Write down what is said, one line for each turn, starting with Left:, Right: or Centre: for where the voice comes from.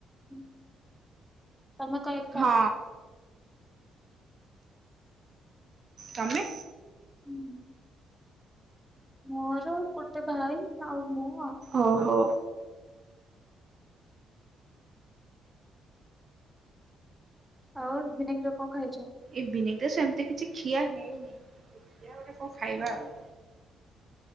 Centre: ହୁଁ। ତମେ କଣ ଏକା?
Right: ହଁ। ତମେ।
Centre: ହୁଁ, ମୋର ଗୋଟେ ଭାଇ ଆଉ ମୁଁ ଆଉ।
Right: ଓହୋ।
Centre: ଆଉ ଇଭିନିଙ୍ଗି ରେ କଣ ଖାଇଛ।
Right: ଇଭିନିଙ୍ଗି ରେ ସେମିତି କିଛି ଖିଆ ହେଇନି ଦେଖିଆ ଗୋଟେ କ'ଣ ଖାଇବା ଆଉ।